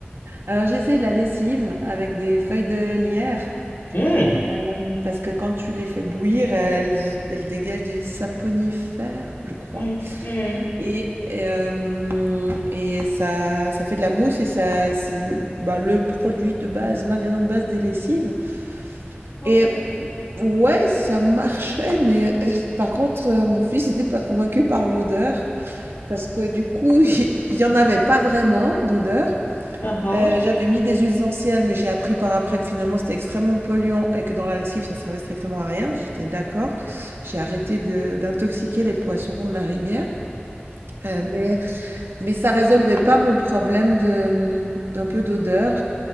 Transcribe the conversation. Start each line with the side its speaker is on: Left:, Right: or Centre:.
Right: Alors, j'ai essayé de la lessive avec des feuilles de lierre.
Left: Hmm,
Right: euh, parce que quand tu les fais bouillir, elles, elles dégagent des saponifères, je crois.
Left: hmm, hmm,
Right: Et, et, euh, et ça, ça fait de la mousse et ça, c'est le, bah, le produit de base, l'ingrédient de base des lessives.
Left: Ok.
Right: Et ouais, ça marchait, mais euh, par contre, euh, mon fils n'était pas convaincu par l'odeur, parce que du coup, <laughs> il n'y en avait pas vraiment d'odeur.
Left: Uhum.
Right: Euh, j'avais mis des huiles essentielles, mais j'ai appris par après que finalement c'était extrêmement polluant et que dans la lessive ça servait strictement à rien. J'étais d'accord. J'ai arrêté de- d'intoxiquer les poissons de la rivière. Euh, mais, mais ça résolvait pas mon problème de, hum, un peu d'odeur.